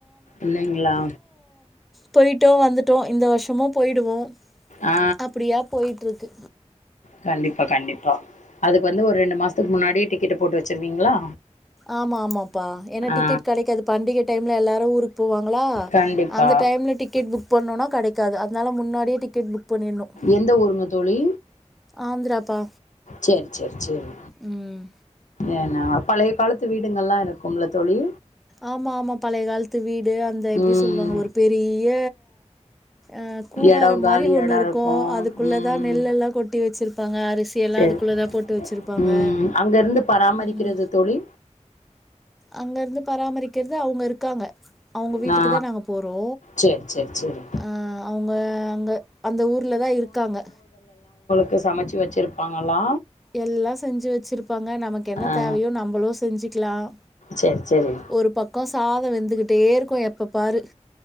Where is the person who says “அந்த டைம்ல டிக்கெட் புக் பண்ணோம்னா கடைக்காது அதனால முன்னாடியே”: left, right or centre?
Centre